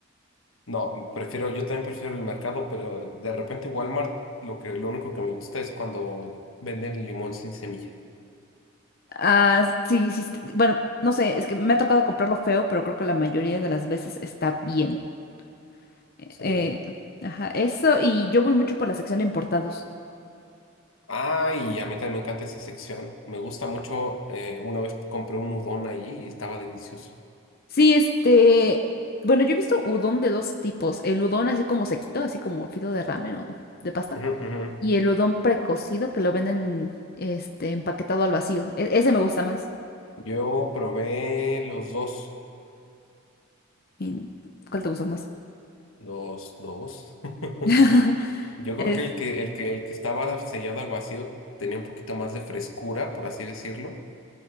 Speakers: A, on the left (about 90°); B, on the left (about 50°).
A: No, prefiero, yo también prefiero el mercado, pero de repente Walmart, lo que, lo único que me gusta es cuando venden limón sin semilla.
B: Ah, sí, sí, est- bueno, no sé, es que me ha tocado comprarlo feo, pero creo que la mayoría de las veces está bien. Eh,
A: Sí.
B: ajá, eso, y yo voy mucho por la sección de importados.
A: Ah, y a mí también me encanta esa sección. Me gusta mucho. eh, una vez compré un udon allí y estaba delicioso.
B: Sí, este, bueno, yo he visto udon de dos tipos. El udon así como sequito, así como fido de ramen o de pasta.
A: Ujú, ujú.
B: Y el udon precocido que lo venden, este, empaquetado al vacío. E- ese me gusta más.
A: Yo probé los dos.
B: ¿Y cuál te gusta más?
A: Los dos. <laughs>
B: <laughs>
A: Yo creo
B: Es,
A: que el que, el que, el que estaba sellado al vacío tenía un poquito más de frescura, por así decirlo.